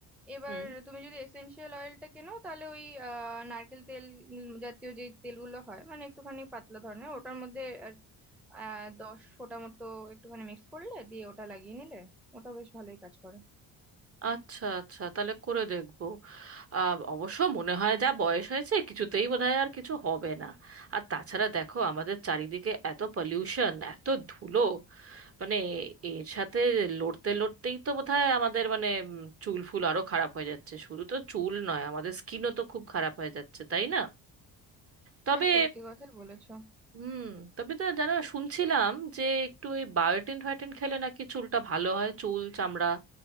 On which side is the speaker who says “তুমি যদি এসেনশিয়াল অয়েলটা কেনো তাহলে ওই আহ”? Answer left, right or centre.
Centre